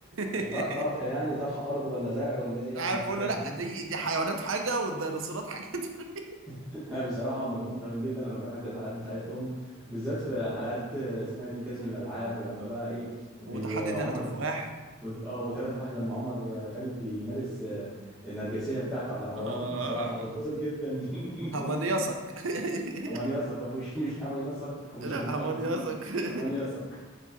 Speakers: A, on the right; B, in the centre.
A: <laughs>
B: طرح يعني طرح ارض ولا زرع ولا ايه يعني
A: عارف
B: مش
A: بيقول
B: فاهم
A: له لا دي دي حيوانات حاجه والديناصورات حاجه <laughs> تانية.
B: <laughs> لا بصراحة هم دمهم خفيف جدا أنا بحب الحلقات بتاعتهم بالذات في حلقات آه، اسمها دي كازينو الألعاب ولما بقى إيه بي-
A: وتحدي
B: آه،
A: ثلاثة
B: عمر
A: في واحد
B: ود- اه وثلاثة في واحد لما عمر آه، خالد بيمارس آه، النرجسية بتاعته على مروان
A: اه آه،
B: بصراحة
A: آه.
B: بتبسط جدا <laughs>
A: همنيصك <laughs>
B: أمان يثق مش مش أمان يثق أو مش
A: لا
B: هديك أمان
A: همنيصك
B: يثق
A: <laughs>
B: أمان يثق